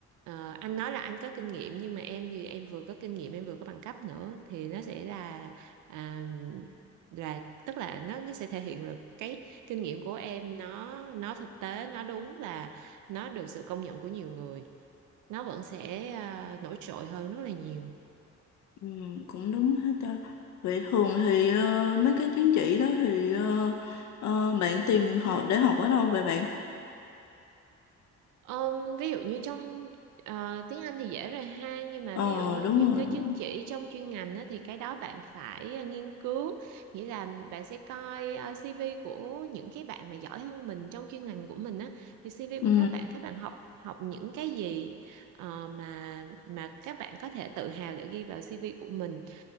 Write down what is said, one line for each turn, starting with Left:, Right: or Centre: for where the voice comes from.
Right: Ờ, anh nói là anh có kinh nghiệm nhưng mà em thì em vừa có kinh nghiệm em vừa có bằng cấp nữa thì nó sẽ là à, là tức là nó nó sẽ thể hiện được cái kinh nghiệm của em nó nó thực tế nó đúng và nó được sự công nhận của nhiều người nó vẫn sẽ à, nổi trội hơn rất là nhiều
Left: Ừ, cũng đúng hết ta. Vậy thường thì ờ, mấy cái chứng chỉ đó thì ờ, ờ, bạn tìm họ để học ở đâu vậy bạn?
Right: Ờm, ví dụ như trong ờ, tiếng Anh thì dễ rồi ha nhưng mà
Left: Ờ
Right: ví dụ như
Left: đúng
Right: những
Left: rồi.
Right: cái chứng chỉ trong chuyên ngành á, thì cái đó bạn phải ờ, nghiên cứu nghĩa là bạn sẽ coi ờ, CV của những cái bạn mà giỏi hơn mình trong chuyên ngành của mình á thì CV của
Left: Ừ.
Right: các bạn các bạn học học những cái gì ờ, mà mà các bạn có thể tự hào để ghi vào CV của mình